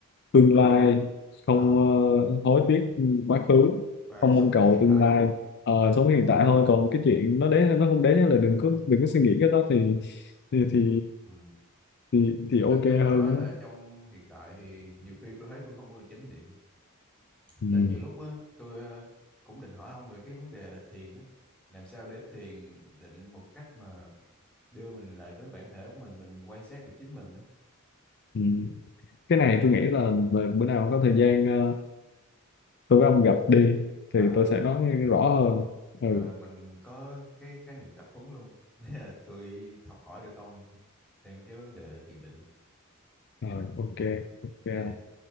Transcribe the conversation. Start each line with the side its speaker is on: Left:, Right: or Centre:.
Left: tương lai không
Centre: à
Left: ờ, hối tiếc quá khứ
Centre: và
Left: không
Centre: sống
Left: mong cầu
Centre: với hiện
Left: tương
Centre: tại
Left: lai
Centre: đúng không
Left: Ờ, sống hiện tại thôi còn cái chuyện nó đến hay nó không đến là đừng có đừng có suy nghĩ cái đó thì thì thì
Centre: ừ.
Left: thì, thì
Centre: nên
Left: ok
Centre: tôi
Left: hơn
Centre: mới nói là
Left: á.
Centre: trong hiện tại thì nhiều khi tôi thấy tôi không có được chánh niệm
Left: ừ.
Centre: nên nhiều lúc á tôi ờ, cũng định hỏi ông về cái vấn đề thiền á làm sao để thiền định một cách mà đưa mình lại với bản thể của mình mình quan sát được chính mình á
Left: Ừ. cái này tôi nghĩ là, là bữa nào có thời gian ờ, tôi với ông gặp đi
Centre: ừ.
Left: thì tôi sẽ nói rõ hơn
Centre: và
Left: ừ
Centre: mình có cái khái niệm tập huấn luôn <laughs> Thế là tôi học hỏi được ông thêm cái vấn đề thiền định
Left: rồi ok ok
Centre: Ok.